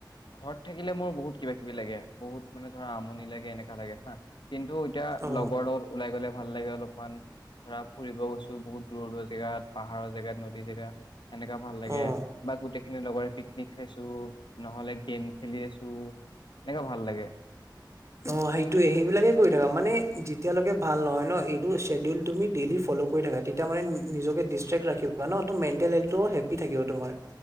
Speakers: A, on the left; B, on the right.
A: ঘৰত থাকিলে মোৰ বহুত কিবা কিবি লাগে। বহুত মানে ধৰা আমনি লাগে, এনেকা লাগে হা কিন্তু এতিয়া
B: অ
A: লগৰ লগত ওলাই গ'লে ভাল লাগে অলপমান ধৰা ফুৰিব গৈছোঁ, বহুত দূৰ দূৰ জেগাত পাহাৰৰ জেগাত, নদী জেগা এনেকা ভাল লাগে।
B: অ
A: বা গোটেই খিনি লগৰে পিকনিক খাইছো, নহলে গেম খেলি আছোঁ। এনেকা ভাল লাগে।
B: অ' সেইটোয়ে সেইবিলাকে কৰি থাকা মানে যেতিয়ালৈকে ভাল নহয় ন এইটো শ্বেডিউল তুমি ডেইলি ফল' কৰি থাকা। তে তিয়া মানে নিজকে দিষ্টেক্ট ৰাখিবা ন ত মেণ্টেল হেলটো হেপি থাকিব তোমাৰ